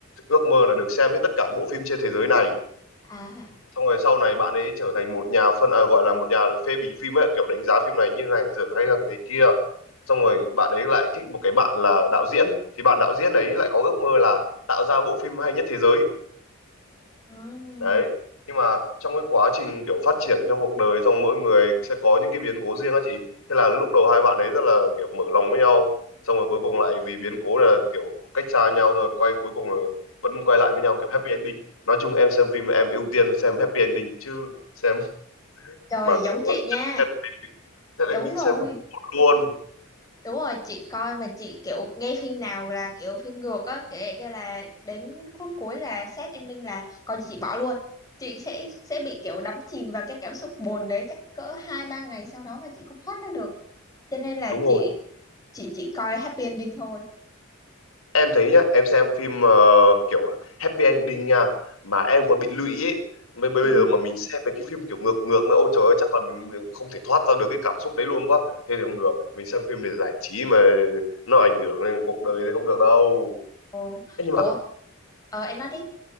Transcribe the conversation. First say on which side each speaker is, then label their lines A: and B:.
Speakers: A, on the left (about 85°); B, on the left (about 15°).
A: ước mơ là được xem hết tất cả bộ phim trên thế giới này
B: à
A: xong rồi sau này bạn ấy trở thành một nhà phân à, gọi là một nhà phê bình phim ấy kiểu đánh giá phim này như này rồi hay là này kia xong rồi bạn ấy lại thích một cái bạn là đạo diễn thì bạn đạo diễn ấy lại có ước mơ là tạo ra bộ phim hay nhất thế giới
B: ừ.
A: đấy nhưng mà trong cái quá trình kiểu phát triển trong cuộc đời xong mỗi người sẽ có những cái biến cố riêng á chị thế là lúc đầu hai bạn ấy rất là kiểu mở lòng với nhau xong rồi cuối cùng lại vì biến cố là kiểu cách xa nhau rồi quay cuối cùng là vẫn quay lại với nhau kiểu happy ending nói chung em xem phim em ưu tiên xem happy ending chứ xem
B: trời
A: mà
B: giống
A: kiểu
B: chị
A: ờ,
B: nha
A: xem, xem anh
B: đúng rồi
A: xem đúng hồn luôn
B: đúng rồi chị coi mà chị kiểu nghe phim nào là kiểu phim ngược á kiểu vậy kia là đến khúc cuối là sad ending là coi như chị bỏ luôn chị sẽ sẽ bị kiểu đắm chìm vào cái cảm xúc buồn đấy chắc cỡ hai ba ngày sau đó mà chị không thoát ra được cho nên là
A: đúng rồi
B: chị chị chỉ coi happy ending thôi
A: em thấy nhá em xem phim ờ, kiểu happy ending nha mà em còn bị lụy ấy bây, bây
B: ừ.
A: giờ mà mình xem mấy cái phim kiểu ngược ngược nữa ôi trời ơi chắc là mình, mình không thể thoát ra được cái cảm xúc đấy luôn quá thế thì không được mình xem phim để giải trí mà nó ảnh hưởng đến cuộc đời thì không được đâu
B: Ờ,
A: Ê, nhưng
B: ủa
A: mà
B: ờ, em nói đi